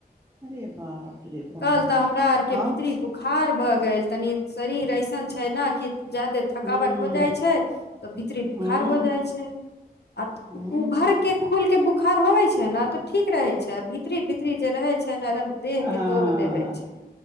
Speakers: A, on the right (about 15°); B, on the left (about 80°).
A: अरे बाप रे बाप
B: कल तऽ हमरा आरके
A: हँ
B: भितरी बुखार भऽ गेल तनि शरीर ऐसन छै न की ज्यादे थकावट
A: हूँ
B: हो जाइ छै तऽ भितरी बुखार
A: हूँ
B: हो जाइ छै आ
A: हूँ
B: उ भर के खुल के बुखार बोखार होबै छै न तऽ ठीक रहै छै आ भितरी भितरी जे रहै छै एकदम देह
A: हँ
B: के तोड़ देबे छै